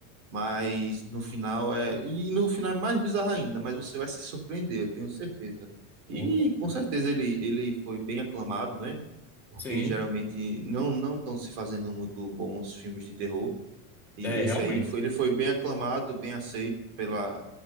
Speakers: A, on the right; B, in the centre.
A: mas no final é e no final é mais bizarro ainda, mas você vai se surpreender, eu tenho certeza. E
B: Opa.
A: com certeza ele ele foi bem aclamado, né? porque
B: Sim,
A: geralmente não não estão se fazendo muito bons filmes de terror. E
B: é,
A: esse
B: realmente.
A: aí foi ele foi bem aclamado, bem aceito pela